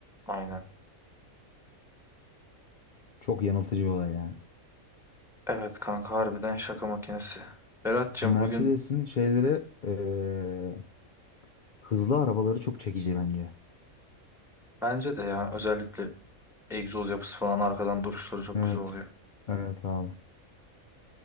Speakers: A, in the centre; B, on the left.
A: Aynen.
B: Çok yanıltıcı bir olay yani.
A: Evet kanka harbiden şaka makinesi. Berat'cığım
B: Mercedes'in
A: bugün
B: şeyleri eee, hızlı arabaları çok çekici bence.
A: bence de ya özellikle egzoz yapısı falan arkadan duruşları çok
B: Evet.
A: güzel oluyor.
B: Evet abi.